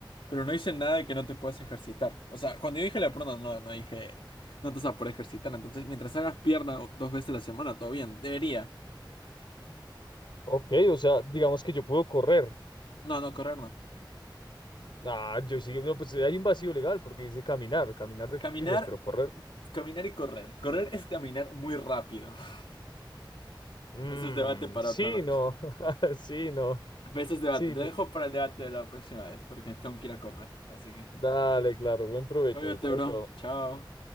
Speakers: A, on the left (about 90°); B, on the left (about 70°).
A: Pero no dice nada de que no te puedas ejercitar. O sea, cuando yo dije la pierna, no, no dije, no te vas a poder ejercitar. Entonces, mientras hagas pierna dos veces a la semana, todo bien, debería.
B: Ok, o sea, digamos que yo puedo correr.
A: No, no, correr no.
B: Ah, yo sí, no, pues eh, hay un vacío legal porque dice caminar, caminar de
A: Caminar,
B: cuclillas, pero correr.
A: caminar y correr. Correr es caminar muy rápido. <laughs>
B: Mmm,
A: Eso es debate para
B: sí,
A: otra noche.
B: no, <laughs> sí, no.
A: Ese es debate.
B: Sí,
A: Te
B: me-
A: dejo para el debate de la próxima vez, porque tengo que ir a comer. Así que,
B: dale, claro, buen provecho.
A: cuídate,
B: Chao,
A: bro.
B: chao.
A: Chao.